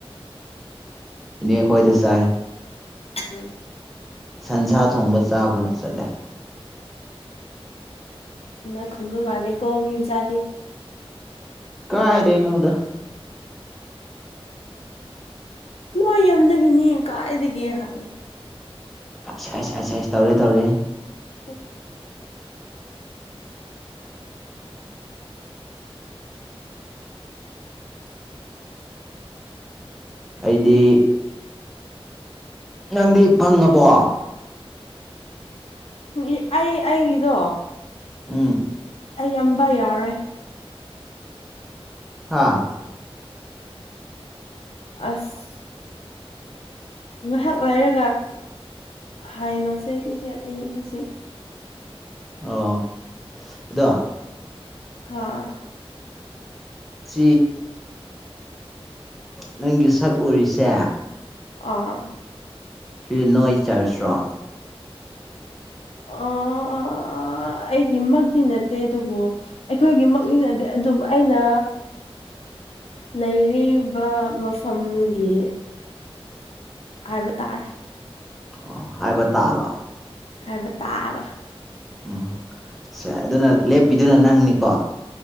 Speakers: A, in the centre; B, on the left.
A: ꯏꯅꯦ ꯈꯣꯏꯗ ꯆꯥꯏ
B: <inaudible>
A: ꯁꯟꯁꯥ ꯊꯣꯡꯕ ꯆꯥꯕ ꯆꯠꯂꯦ
B: ꯏꯅꯥ ꯈꯨꯟꯕ ꯃꯥꯜꯂꯦꯀꯣ ꯃꯤ ꯃꯆꯥꯗꯤ
A: ꯀꯥꯏꯗꯩ ꯅꯣꯗꯥ
B: ꯅꯣꯏ ꯌꯨꯝꯗꯒꯤꯅꯤ ꯀꯥꯏꯗꯒꯤ ꯍꯥꯏ
A: ꯑꯩꯁ ꯑꯩꯁ ꯑꯩꯁ ꯑꯩꯁ ꯇꯧꯔꯦ ꯇꯧꯔꯦ
B: <unintelligible>
A: ꯑꯩꯗꯤ ꯅꯪꯗꯤ ꯐꯪꯉꯕꯣ
B: ꯎꯝ ꯑꯩ ꯑꯩꯒꯤꯗꯣ
A: ꯎꯝ
B: ꯑꯩ ꯌꯥꯝꯕ ꯌꯥꯔꯣꯏ
A: ꯍꯥꯥ
B: ꯑꯁ ꯉꯥꯏꯍꯥꯛ ꯂꯩꯔꯒ ꯍꯥꯏꯅꯁꯦ ꯁꯤꯁꯦ ꯑꯩ ꯍꯧꯖꯤꯛ
A: ꯑꯣ ꯑꯗꯣ
B: ꯍꯥ
A: ꯁꯤ ꯅꯪꯒꯤ ꯁꯛ ꯎꯔꯤꯁꯦ
B: ꯑꯥ
A: ꯁꯤ ꯅꯣꯏ ꯆꯔꯁꯔꯣ
B: ꯑꯥ ꯑꯥ ꯑꯩꯒꯤ ꯃꯛꯇꯤ ꯅꯠꯇꯦ ꯑꯗꯨꯕꯨ ꯑꯩꯈꯣꯏꯒꯤ ꯃꯛꯅꯤꯅꯗꯦ ꯑꯗꯨꯕꯨ ꯑꯩꯅ ꯂꯩꯔꯤꯕ ꯃꯐꯝꯒꯤ ꯍꯥꯏꯕ ꯇꯥꯔꯦ
A: ꯑꯣ ꯍꯥꯏꯕ ꯇꯥꯕ
B: ꯍꯥꯏꯕ ꯇꯥꯕ
A: ꯎꯝ ꯁꯦ ꯑꯗꯨꯅ ꯂꯦꯞꯄꯤꯗꯨꯅ ꯅꯪꯅꯤꯀꯣ